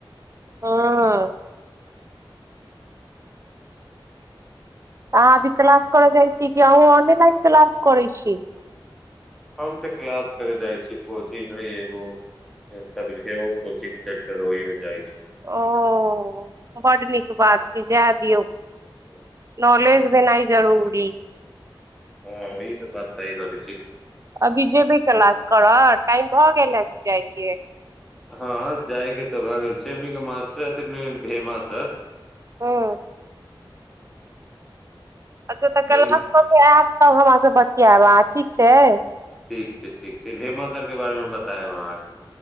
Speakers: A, on the right; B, in the centre.
A: ह अहाँ अ भी क्लास करऽ जाइ छी कि अहूँ ऑनलाइन क्लास करै छी।
B: हम त क्लास करे जाइ छी कोचिंग मे एगो सर्वे कोचिंग सेंटर ओहि मे जाइ छी
A: ओ ब्ड नीक बात छै जाए दियौ
B: छी
A: नॉलेज भी नहि जरूरी छै
B: हँ ई तऽ बात सह कह छै
A: अभी जेबे कलास करऽ टाइम भऽ गेल हे कि जायके
B: हँ जायके तऽ भए गेल छै। एनीके मर भेमाासर
A: हँ अच्छा तऽ क्लास
B: बड़ी
A: कऽ के आयब तब हमर से बतियाब आ ठीक छै।
B: ठीक छै। ठीक छै। भेमा तर के बारेमे बतायब अहाँके